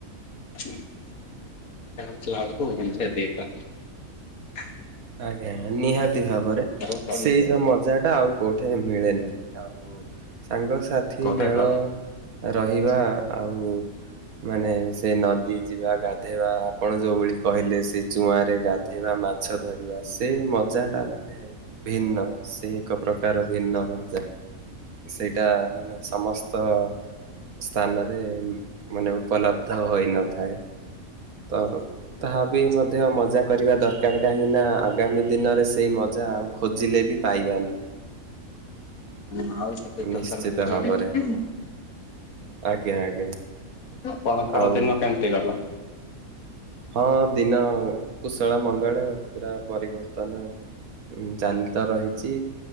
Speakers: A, on the left; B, on the right.
A: <unintelligible> ଥିଲାବେଲକୁ <unintelligible>
B: ଆଜ୍ଞା ନିହାତି ଭାବରେ
A: ଆଉ
B: ସେଇ ଯୋଉ ମଜାଟା ଆଉ କୋଉଠେ ମିଳେ ନାହିଁ ଆଉ ସାଙ୍ଗସାଥି
A: କଥା
B: ମେଳ
A: ନ
B: ରହିବା ଆଉ ମାନେ ସେ ନଦୀ ଯିବା ଗାଧ ଧେଇବା ଆପଣ ଯେଉଁଭଳି କହିଲେ ସେ ଚୁଆଁରେ ଗାଧୋଇବା ମାଛ ଧରିବା ସେ ମଜା ଟା ମାନେ ଭିନ୍ନ ସେ ଏକ ପ୍ରକାର ଭିନ୍ନ ମଜା। ସେଇଟା ମାନେ ସମସ୍ତ ସ୍ଥାନରେ ମାନେ ଉପଲବ୍ଧ ହୋଇନଥାଏ। ତ ତାହା ବି ମଧ୍ୟ ମଜା କରିବା ଦରକାର କାହିଁକି ନା ଆଗାମୀ ଦିନରେ ସେଇ ମଜା ଆଉ ଖୋଜିଲେ ବି ପାଇବାନି।
A: ହୁଁ ଆଉ ସେଠି ଟୋଟାଲ
B: ନିଶ୍ଚିତ
A: ମିଳିବ।
B: ଭାବରେ ଆଜ୍ଞା ଆଜ୍ଞା।
A: ଆପଣଙ୍କର
B: ଆଉ
A: ଦିନ କେମତି ଗଲା?
B: ହଁ ଦିନ କୁଶଳ ମଙ୍ଗଳ ପୁରା ପରିବର୍ତନ। ଉଁ ଚାଲି ତ ରହିଛି